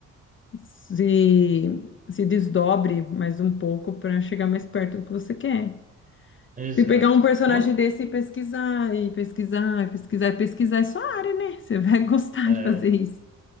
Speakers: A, on the left; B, on the right.
A: se, se desdobre mais um pouco para chegar mais perto do que você quer.
B: exato.
A: Se pegar um personagem
B: Uma
A: desse e pesquisar, e pesquisar, e pesquisar, e pesquisar, é sua área, né? Você vai <laughs> gostar
B: É,
A: de fazer isso.